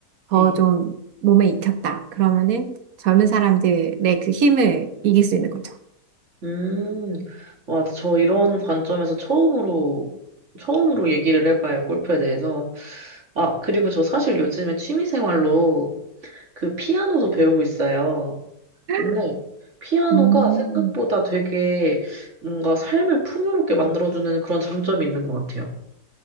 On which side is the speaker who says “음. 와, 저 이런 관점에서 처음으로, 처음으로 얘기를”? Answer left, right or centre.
Right